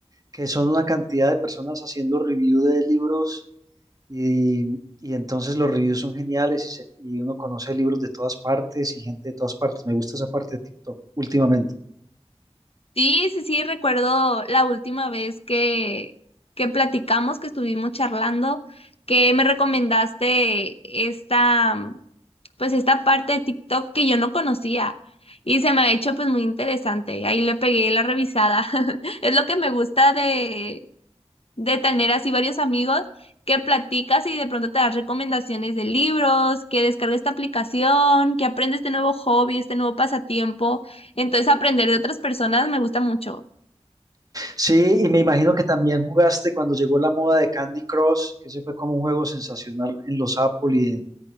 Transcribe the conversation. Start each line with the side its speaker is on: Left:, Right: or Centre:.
Right: que son una cantidad de personas haciendo review de libros y, y entonces los reviews son geniales y, se- y uno conoce libros de todas partes y gente de todas partes. Me gusta esa parte de TikTok últimamente.
Left: Sí, sí, sí, recuerdo la última vez que, que platicamos, que estuvimos charlando, que me recomendaste esta, pues esta parte de TikTok que yo no conocía y se me ha hecho pues muy interesante. Ahí le pegué la revisada. <laughs> Es lo que me gusta de, de tener así varios amigos que platicas y de pronto te das recomendaciones de libros, que descargues esta aplicación, que aprendes este nuevo hobby, este nuevo pasatiempo. Entonces aprender de otras personas me gusta mucho.
Right: Sí, y me imagino que también jugaste cuando llegó la moda de Candy Crush, que ese fue como un juego sensacional en los Apple y en,